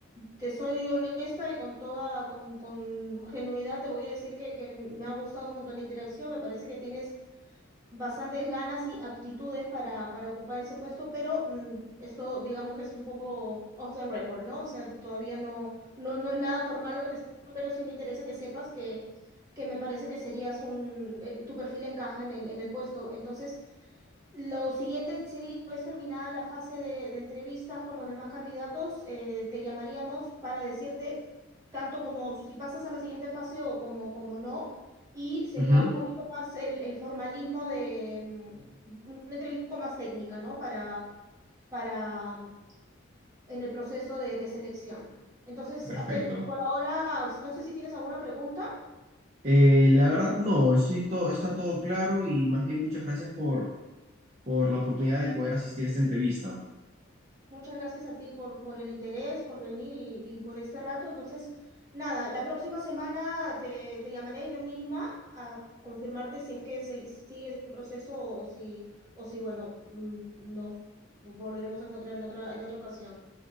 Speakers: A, on the right (about 15°); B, on the right (about 35°).
A: Te soy honesta y con toda, con, con genuidad te voy a decir que, que me ha gustado un montón la interacción, me parece que tienes bastantes ganas y aptitudes para, para ocupar ese puesto, pero mm, esto digamos que es un poco off the record, ¿no? O sea, todavía no, no, no es nada formal lo que te estoy diciendo, pero sí me interesa que sepas que, que me parece que serías un, eh, tu perfil encaja en el, en el puesto. Entonces, lo siguiente sería, una vez terminada la fase de, de entrevistas con los demás candidatos, eh, te llamaríamos para decirte tanto como si pasas a la siguiente fase o como, como no, y sería
B: Ujú,
A: un poquito más el, el formalismo de mm, una entrevista más técnica, ¿no? Para, para mm, en el proceso de, de selección. Entonces,
B: perfecto.
A: Abdel, por ahora, no sé si tienes alguna pregunta.
B: Eh, la verdad, no, estoy todo, está todo claro y más bien muchas gracias por, por la oportunidad de poder asistir a esta entrevista.
A: Muchas gracias a ti por, por el interés, por venir y, y por este rato. Entonces, nada, la próxima semana te, te llamaré yo misma a confirmarte si es que se, sigue el proceso o, o si, o si, bueno, mm, nos volveremos a encontrar en otra, en otra ocasión.